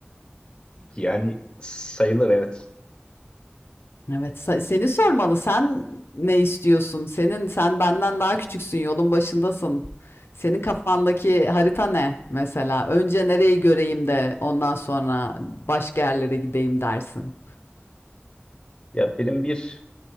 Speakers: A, on the left; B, on the left.
A: Yani sayılır evet.
B: Evet, sa- seni sormalı. Sen ne istiyorsun? Senin sen benden daha küçüksün, yolun başındasın. Senin kafandaki harita ne mesela? Önce nereyi göreyim de ondan sonra başka yerlere gideyim dersin.
A: Ya benim bir